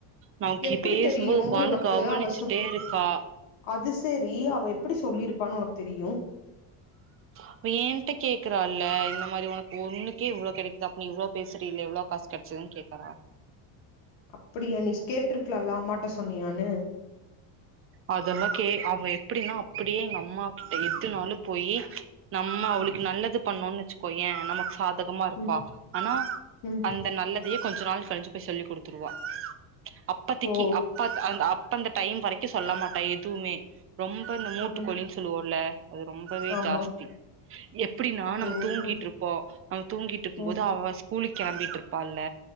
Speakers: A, on the right; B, on the left.
A: நமக்கு
B: எப்பிடி
A: பேசும்போது
B: தெரியு
A: உக்காந்து
B: உனக்கு
A: கவனிச்சுட்டே
B: அவ சொ
A: இருக்கா
B: அது செரி அவ எப்பிடி சொல்லிருப்பான்னு உனக் தெரியு
A: அவ ஏன்ட்ட கேக்குறா இல்ல இந்த மாரி உனக்கு ஒண்ணுக்கே இவ்ளோ கெடைக்குது அப்ப நீ இவ்ளோ பேசுறயில்ல எவ்ளோ காசு கெடைச்சதுன்னு கேக்கறா
B: அப்டியா நீ கேட்ருக்கலால்ல அம்மாட்ட சொன்னியான்னு
A: அதல்லா கே அ அவ எப்டின்னா அ ப்பிடியே எங்க அம்மா கிட்ட எதுனாலு போயி நம்ம அவளுக்கு நல்லது பண்ணோன்னு வச்சுக்கோயே நமக்கு சாத கமா இருப்பா.
B: ம்
A: ஆனா
B: ம்
A: அந்த நல்லதையே கொஞ்ச நாள் கழிச்சு போய் சொல்லி குடுத்துருவா. அப்பத்தக்கி
B: ஓ
A: அப்ப அந் அப் டைம் வரைக்கி சொல்ல மாட்டா எதுவுமே ரொம் ப இந்த மூட்டுகோழின்னு
B: ம்
A: சொல்லுவோல்ல அது ரொம்பவே
B: ஆமா
A: ஜாஸ்தி எப் பிடின்னா நம்ம
B: ஓஹோ
A: தூங்கிட்ருப்போ நம்ம தூங்கிட்ருக்கும்
B: ம்
A: போது அவ ஸ்கூலுக்கு கெளம்பிட்ரு ப்பால்ல